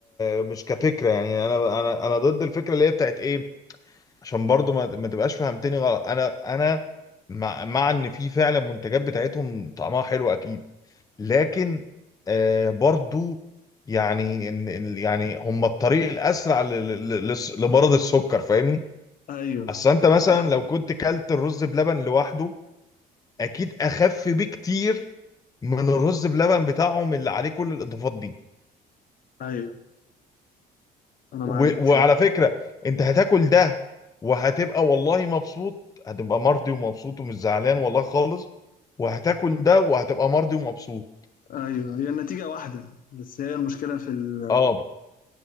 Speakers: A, on the left (about 20°); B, on the left (about 55°).
A: مش كفكره يعني انا انا انا ضد الفكره اللي هي بتاعت ايه عشان برضو ما, ما تبقاش فهمتني غلط انا انا مع, مع ان في فعلا منتجات بتاعتهم طعمها حلو اكيد لكن آه برضو يعني إن إن- يعني هم الطريق الاسرع ل- ل- ل- لس- لمرض السكر فاهمني
B: ايوه
A: اصل انت مثلا
B: صح
A: لو كنت كلت الرز بلبن لوحده اكيد اخف بكتير من الرز بلبن بتاعهم اللي عليه كل الاضافات دي
B: ايوه انا معاك
A: و...
B: بصراحه
A: وعلى فكرة انت هتاكل ده وهتبقى والله مبسوط هتبقى مرضي ومبسوط ومش زعلان والله خالص وهتاكل ده وهتبقى مرضي ومبسوط
B: ايوه هي النتيجه واحده بس هي المشكله في ال-
A: اه